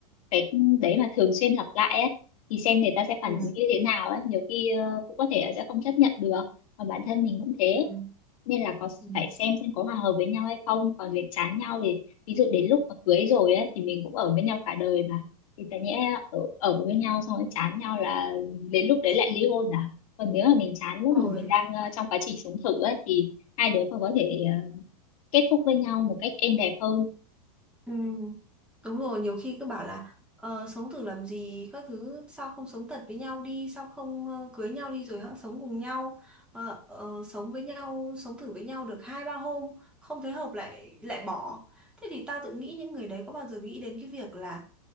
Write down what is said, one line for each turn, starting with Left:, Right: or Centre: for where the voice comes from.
Left: cái đấy mà thường xuyên lặp lại ấy thì xem người ta sẽ phản
Centre: Ừ.
Left: ứng như thế nào ấy nhiều khi ờ, cũng có thể là sẽ không chấp nhận được và bản thân mình cũng thế
Centre: Ừ.
Left: nên là có
Centre: Ừ.
Left: phải xem xem có hòa hợp với nhau hay không còn việc chán nhau thì ví dụ đến lúc mà cưới rồi ấy, thì mình cũng ở với nhau cả đời mà thì tại nhẽ ở, ở với nhau xong rồi chán nhau là đến lúc đấy lại ly hôn à còn nếu mà mình chán lúc
Centre: rồi
Left: mà mình đang ờ, trong quá trình sống thử ấy, thì hai đứa còn có thể ờ, kết thúc với nhau một cách êm đẹp hơn
Centre: Ừ, đúng rồi nhiều khi cứ bảo là ờ, sống thử làm gì các thứ sao không sống thật với nhau đi sao không ờ, cưới nhau đi rồi hẵng sống cùng nhau Ờ, ờ, sống với nhau sống thử với nhau được hai ba hôm không thấy hợp lại lại bỏ thế thì tao tự nghĩ những người đấy có bao giờ nghĩ đến cái việc là